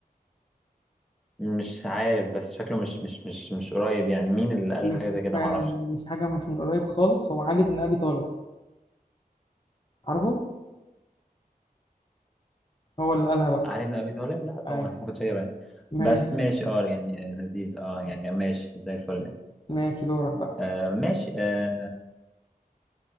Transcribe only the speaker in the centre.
مش عارف بس شكله مش مش مش مش قريب يعني مين اللي قال
حاجة زي كده
معرفش
علي بن أبي طالب لا طبعا
ما كنتش جايبها يعني.
بس ماشي اه يعني لذيذ اه يعني ماشي زي الفل
آه ماشي آه